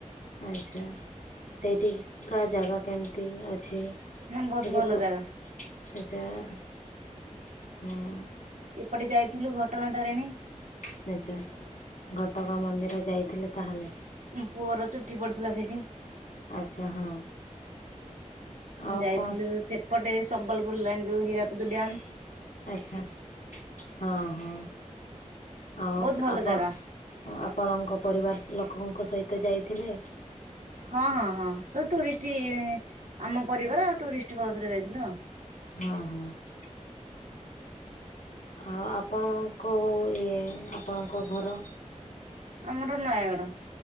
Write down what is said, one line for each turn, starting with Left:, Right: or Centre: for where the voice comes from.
Left: ଆଚ୍ଛା ସେଇଠିକା ଜାଗା କେମିତି? ଅଛି
Right: ନା ବହୁତ
Left: ଟିକେ
Right: ଭଲ
Left: କ
Right: ଜାଗା
Left: <unintelligible> ହଁ
Right: ଏପଟେ ଯାଇଥିଲୁ ଘଟଣା ତାରିଣୀ।
Left: <unintelligible> ଘଟଗାଁ ମନ୍ଦିର ଯାଇଥିଲେ ତାହେଲେ।
Right: ମୋ ପୁଅର ଚୁଟି ପଡିଥିଲା ସେଇଠି।
Left: ଆଚ୍ଛା ହଁ। ଆଉ
Right: ଯାଇଥିଲୁ
Left: କଣ
Right: ସେପଟେ, ସମ୍ବଲପୁର ଲାଇଣି ଯୋଉ ହୀରାକୁଦୁ ଡ୍ୟମ୍।
Left: ଆଚ୍ଛା ହଁ ହଁ ହୋଉ
Right: ବହୁତ
Left: ତ
Right: ଭଲ
Left: ଆପଣ
Right: ଜାଗା
Left: ହ ଆପଣଙ୍କ ପରିବାର ଲୋକଙ୍କ ସହିତ ଯାଇଥିଲେ?
Right: ହଁ, ହଁ ହଁ ସ ଟୁରିଷ୍ଟ ଆମ ପରିବାର ଆଉ ଟୁରିଷ୍ଟ ବସ ରେ ଯାଇଥିଲୁ ଆଉ।
Left: ହଁ। ଆଉ ଆପଣଙ୍କୁ, ଇଏ ଆପଣଙ୍କ ଘର
Right: ଆମର ନୟାଗଡ଼।